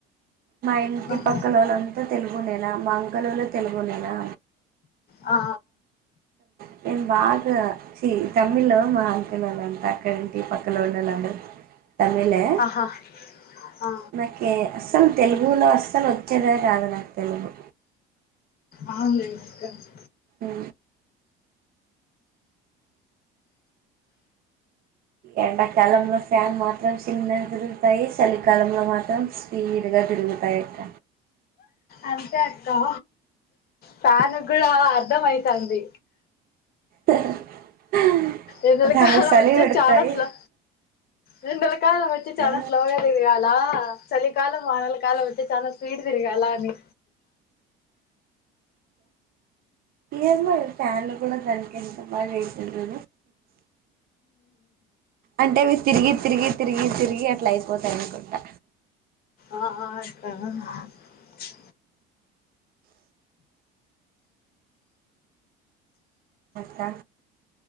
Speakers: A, on the right; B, on the left.
A: మా ఇంటి
B: ఆహా
A: పక్క లోలంతా తెలుగు నెలా మంగళూలో తెలుగు నెనా
B: ఆ
A: నేన్బాగ్ చి తమిళ్ మా అక్కలోల్లంతా ఈ పక్కలోల్ అలానే తమిళే
B: ఆహా ఆ
A: నాకే అస్సలు తెలుగులో అస్సలు వచ్చేదే గాదు నాకు తెలుగు
B: అవును లేట్ అయింది
A: ఏ ఎండాకాలంలో ఫ్యాన్ మాత్రం చిన్నగా తిరుగుతాయి చలికాలంలో మాత్రం స్పీడ్ గా ఇరుగుతాయ్ అక్క
B: అంతే అక్క ఫ్యాన్ కూడా అర్ధం అయితాంది
A: <inaudible>
B: ఏదుడు
A: దానికి
B: కాలం
A: చలి
B: వచ్చా
A: పెడతాయి
B: చాలా స్లో రెండో కాలం వచ్చి చాలా
A: ఆ
B: స్లోగా తిరగాల చలికాలం వానల కాలం అయితే చాలా స్వీట్ తిరగాల అని
A: ఏమో ఈ ఫ్యాన్లు కూడా తనకి ఎంత బాగా అయితదో అంటే వి తిరిగి తిరిగి తిరిగి తిరిగి అట్లా అయిపోతాయి అనుకుంటా
B: ఆ ఆ స
A: కా